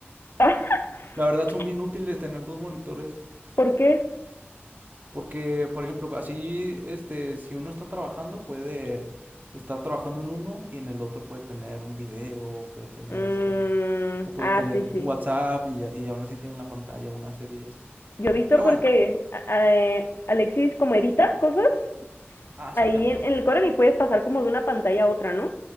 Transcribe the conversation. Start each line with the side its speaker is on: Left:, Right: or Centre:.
Left: <laughs>
Right: La verdad son bien útiles tener dos monitores.
Left: ¿Por qué?
Right: Porque, por ejemplo, así, este, si uno está trabajando, puede estar trabajando en uno y en el otro puede tener un video, puede tener
Left: Mm,
Right: este, o puede
Left: ah,
Right: tener
Left: sí, sí.
Right: WhatsApp y, a- y aún así tiene en la pantalla una serie y así.
Left: Yo he visto
Right: Pero
Left: porque
Right: bueno,
Left: eh, Alexis como edita cosas
Right: así
Left: ahí
Right: también
Left: en,
Right: está.
Left: en el Coral y puedes pasar como de una pantalla a otra, ¿no?